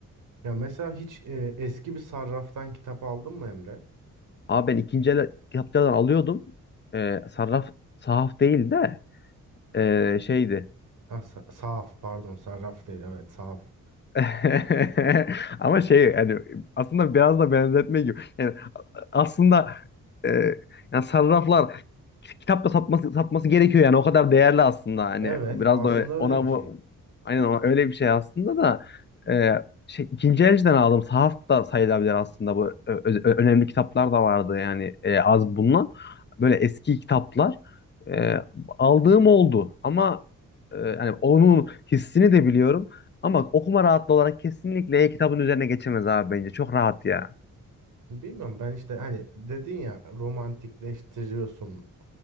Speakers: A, on the right (about 70°); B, on the left (about 35°).
A: Ya mesela hiç e, eski bir sarraftan kitap aldın mı Emre?
B: Abi ben ikinci el kitaplardan alıyordum. Ee, sarraf sahaf değil de ee, şeydi.
A: Ha, sa- sahaf pardon sarraf değil evet sahaf.
B: <laughs> Ama şey yani aslında biraz da benzetme gibi. Yani aslında e, yani sarraflar kitapla satması satması gerekiyor yani o kadar değerli aslında hani
A: Evet
B: biraz
A: aslında
B: da Evet. öyle-
A: öyle
B: ona
A: bir şey.
B: bu aynen o- öyle bir şey aslında da e, şey, ikinci elciden aldım sahaf da sayılabilir aslında bu Ö- ö- önemli kitaplar da vardı yani e, az bulunan böyle eski kitaplar e, aldığım oldu ama e, yani onun hissini de biliyorum ama okuma rahatlığı olarak kesinlikle e-kitabın üzerine geçemez abi bence çok rahat ya.
A: Bilmiyorum ben işte hani dedin ya romantikleştiriyorsun